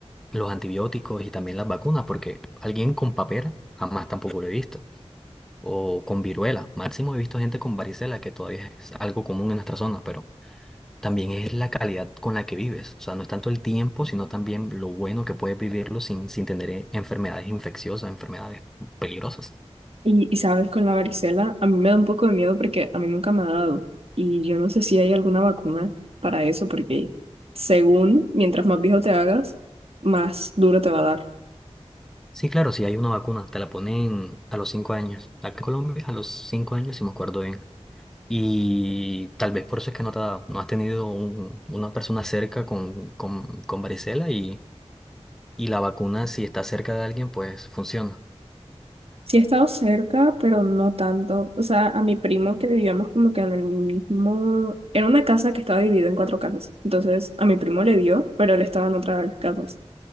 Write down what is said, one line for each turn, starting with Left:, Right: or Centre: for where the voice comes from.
Centre: los antibióticos y también las vacunas, porque alguien con papera jamás tampoco lo he visto. O con viruela. Máximo he visto gente con varicela, que todavía es algo común en nuestra zona, pero también es la calidad con la que vives. O sea, no es tanto el tiempo, sino también lo bueno que puedes vivirlo sin, sin tener eh, enfermedades infecciosas, enfermedades peligrosas.
Right: Y, y sabes, con la varicela, a mí me da un poco de miedo porque a mí nunca me ha dado. Y yo no sé si hay alguna vacuna para eso, porque según mientras más viejo te hagas, más duro te va a dar.
Centre: Sí, claro, si hay una vacuna, te la ponen a los 5 años. Acá en Colombia, a los 5 años, si me acuerdo bien. Y tal vez por eso es que no, te ha- no has tenido un- una persona cerca con, con, con varicela y, y la vacuna, si está cerca de alguien, pues funciona.
Right: Sí he estado cerca, pero no tanto. O sea, a mi primo que vivíamos como que en el mismo... Era una casa que estaba dividida en cuatro casas. Entonces, a mi primo le dio, pero él estaba en otra de las casas.